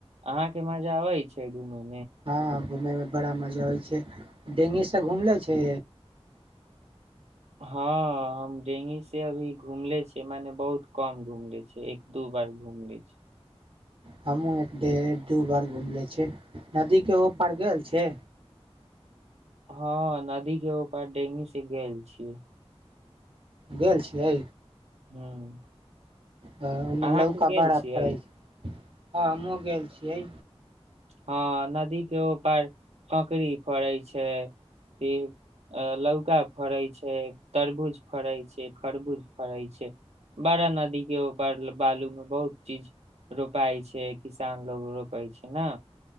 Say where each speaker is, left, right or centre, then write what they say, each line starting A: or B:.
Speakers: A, on the right; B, on the right.
A: अहां के मजा आबे छै घूमे मे
B: हँ घूमयमे बड़ा मजा आबै छै डेंगीसँ घूम लै छै
A: <unintelligible>
B: हमहूँ एक डेढ़ दू बार घुम ले छी नदीके ऊपर गेल छै
A: हँ नदी के ऊपर डेंगी से गेल छी
B: गेल छियै
A: ह
B: ह ओ
A: अहाँके
B: लौका
A: गेल
B: बाड़ा
A: छियै
B: पड़ै छै हँ हमहूँ गेल छियै
A: हँ नदी के ओपार ककड़ी फड़ै छै फिर लौका फड़े छै तरबूज फड़ै छै खरबूज फड़ै छै बड़ा नदी के ऊपार बालू में बहुत चीज रोपाइ छै किसान लोग रोपै छै ने